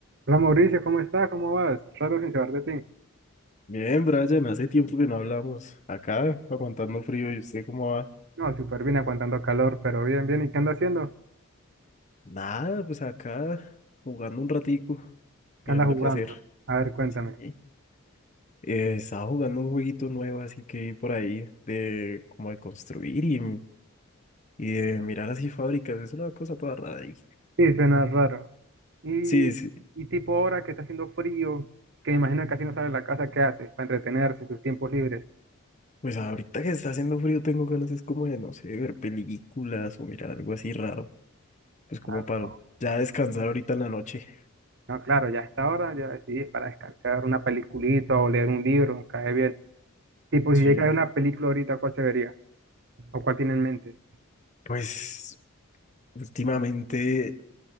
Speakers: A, on the right; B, on the left.
A: Hola Mauricio, ¿cómo estás? ¿Cómo vas? Rato sin saber de ti.
B: Bien, Brian, hace tiempo que no hablamos. Acá, aguantando frío, ¿y usted cómo va?
A: No, súper bien, aguantando calor, pero bien, bien. ¿Y qué andas haciendo?
B: Nada, pues acá, jugando un ratico,
A: ¿Qué
B: mirando
A: andas jugando?
B: qué hacer.
A: A ver, cuéntame.
B: Sí. Eh, estaba jugando un jueguito nuevo, así que por ahí, de como de construir y, y de mirar así fábricas, es una cosa toda rara ahí.
A: Sí, suena raro. Y,
B: Sí, sí,
A: y tipo ahora que está haciendo frío, que me imagino que casi no sale de la casa, ¿qué haces para entretenerse en sus tiempos libres?
B: pues ahorita que está haciendo frío tengo ganas, es como de, no sé, ver películas o mirar algo así raro, pues como
A: Ah,
B: para
A: no.
B: ya descansar ahorita en la noche.
A: No, claro, ya a esta hora ya decidís para descansar una peliculita o leer un libro, cae bien. Tipo,
B: Sí,
A: si llega a ver una película ahorita, ¿cuál se vería? ¿O cuál tiene en mente?
B: pues últimamente...